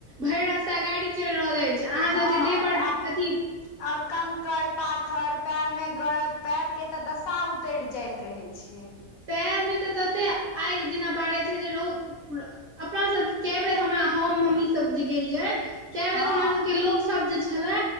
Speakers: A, on the right (about 50°); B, on the left (about 75°).
A: भरि रास्ता गाड़ी चलि रहल अछि अहाँसभके
B: हँ
A: देह
B: आब
A: पर अथी
B: और कंकड़ पाथर पयर में गरत पैर के ते दशा उतर जायइत रहै छे।
A: पैर में तऽ तते आगि जेना बारै छै जे रौ अपना सबके केए बेर हमरा हम मम्मी सब जे गेलियै कए बेर
B: हँ
A: हमरा सब के लोक सब जे छले